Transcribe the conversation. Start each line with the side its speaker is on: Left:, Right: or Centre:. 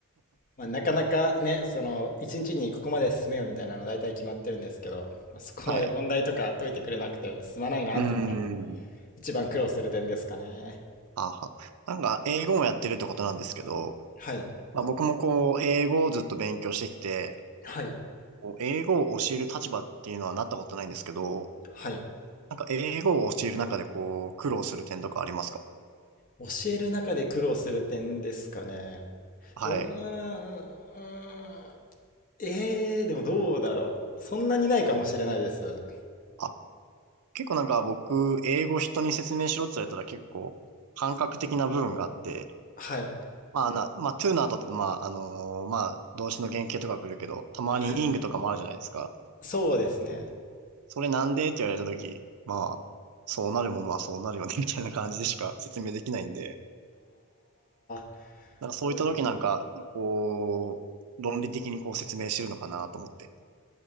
Left: まあ、なかなかねその1日にここまで進めようみたいなの大体決まってるんですけど、まあ、そこまで問題とか解いてくれなくて進まないなってのが
Right: はい。うーん。
Left: 一番苦労する点ですかね。
Right: はあはあ。なんか英語もやってるってことなんですけど、
Left: はい
Right: まあ、僕もこう、英語をずっと勉強してきて、
Left: はい
Right: こう英語を教える立場っていうのはなったことないんですけど、
Left: はい
Right: なんか英語を教える中でこう、苦労する点とかありますか
Left: 教える中で苦労する点ですかね。
Right: はい。
Left: うーんうーんえー、でもどうだろう。そんなにないかもしれないです。
Right: あ、結構なんか僕、英語人に説明しろって言われたら結構、感覚的な部分があって、
Left: はい。
Right: まあな、まあ、to の後って、まあ、あのーまあ、動詞の原型とか来るけど、たまに
Left: はい。
Right: ing とかもあるじゃないですか。
Left: そうですね。
Right: それなんでって言われたとき、まあ、そうなるものはそうなるよね、みたいな感じでしか説明できないんで、
Left: あー。
Right: なんかそういったときなんか、
Left: これ
Right: こう、論理的にこう説明してるのかなと思って。